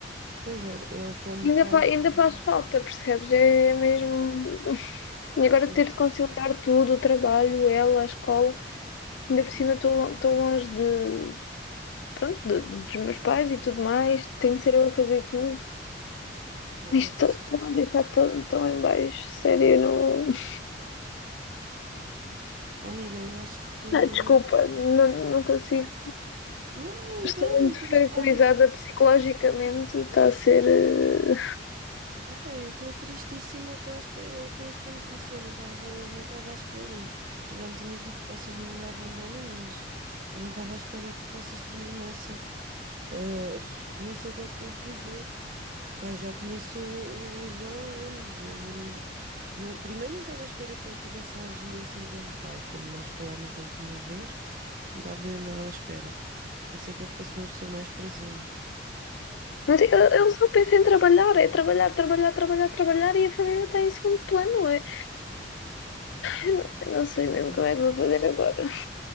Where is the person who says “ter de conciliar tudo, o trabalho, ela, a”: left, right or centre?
Left